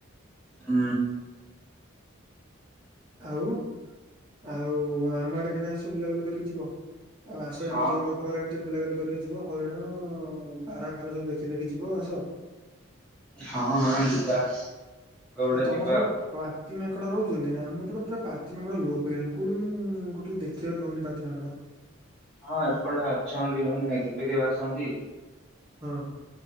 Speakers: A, in the centre; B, on the right (about 25°).
A: ହୁଁ।
B: ଆଉ ଆଉ ଆମ ଆଡେ କେବେ ଆସ ବୁଲାବୁଲି କରିକି ଯିବ, ଆଉ ଆସ
A: ହଁ
B: ଆମ ଜଙ୍ଗଲ ଫଗଲ ଆଡେ ଟେ ବୁଲା ବୁଲି କରିକ ଯିବ ହରିଣ ବାରହା ଫାରା ସବୁ ଦେଖି ଦେଖି ଯିବ ଆସ।
A: ହଁ ହଁ ଯିବା। କେବେ ଗୋଟେ
B: ଆଉ ତମ
A: ଯିବା
B: ସାଡେ? ପାତି ମାଙ୍କଡ ରହୁଛନ୍ତି ଆମ ପଟେ ପୁରା ପାତି ମାଙ୍କଡ ଲୋପ ହେଇଗଲାଣି କୋଉଠି ମୁଁ ଟୋଟାଲ ଦେଖିବାକୁ ପାଉନି ପାତି ମାଙ୍କଡ?
A: ହଁ ଏପଟେ ଅଛନ୍ତି ମାନେ କେବେ କେବେ ଆସନ୍ତି।
B: ହଁ।